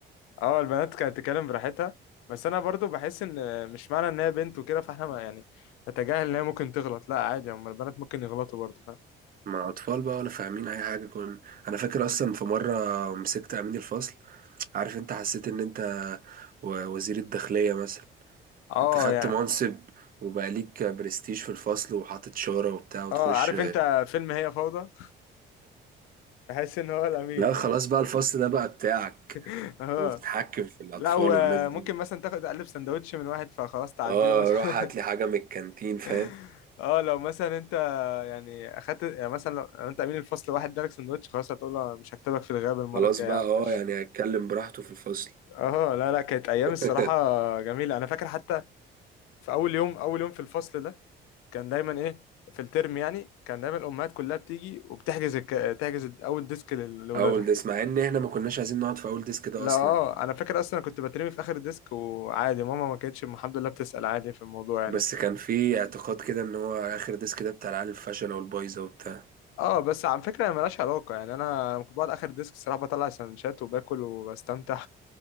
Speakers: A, on the left; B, on the right.
A: اه البنات كانت تتكلم براحتها بس انا برضو بحس ان مش معنى ان هي بنت وكده فاحنا ما- يعني نتجاهل ان هي ممكن تغلط لا عادي هم البنات ممكن يغلطوا برضو فاهم
B: مع اطفال بقى ولا فاهمين اي حاجه كن انا فاكر اصلا في مره مسكت امين الفصل عارف انت حسيت ان انت و- وزير الداخليه مثلا
A: اه
B: انت خدت
A: يعني
B: منصب وبقى ليك برستيج في الفصل وحاطط شارة وبتاع وتخش
A: اه عارف انت فيلم هي فوضى بحس ان هو الامين
B: لا
A: فاهم؟
B: خلاص بقى الفصل ده بقى بتاعك
A: <laughs> اه
B: وبتتحكم في الأطفال
A: لا وممكن
B: والناس دي
A: مثلا تاخد قلب سندوتش من واحد فخلاص تعدي
B: اه
A: له مثلا
B: روح هات لي حاجة من الكانتين فاهم
A: <laughs> اه لو مثلا يعني اخدت يعني مثلا لو لو انت امين الفصل واحد ادالك سندوتش خلاص هتقول له مش هكتبك في الغياب المره
B: خلاص
A: الجايه
B: بقى
A: يا عم
B: اه
A: ماشي
B: يعني هيتكلم براحته في الفصل
A: اه لا لا كانت ايام
B: <laughs>
A: الصراحه جميله انا فاكر حتى في اول يوم اول يوم في الفصل ده كان دايما ايه في الترم يعني كان دايما الامهات كلها بتيجي وبتحجز الك... تحجز اول ديسك لل- لاولادها
B: أول ديسك مع إن إحنا ما كناش عايزين نقعد في أول ديسك ده
A: لا
B: أصلا
A: اه انا فاكر اصلا كنت بترمي في اخر الديسك وعادي ماما ما كانتش الحمد لله بتسال عادي في الموضوع يعني
B: بس كان في اعتقاد كده إن هو آخر ديسك ده بتاع العيال الفاشلة والبايظة وبتاع
A: اه بس على فكره هي ملهاش علاقه يعني انا لما كنت بقعد اخر ديسك الصراحه بطلع سندوتشات وباكل وبستمتع